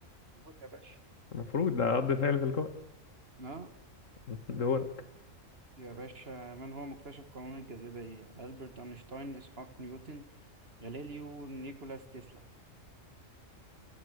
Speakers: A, on the right; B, on the left.
A: موت يا باشا
B: المفروض ده رد فعل تلقائي
A: اه
B: <laughs> دورك
A: يا باشا من هو مكتشف قانون الجاذبية ألبرت أينشتاين إسحاق نيوتن غاليليو نيكولاس تسلا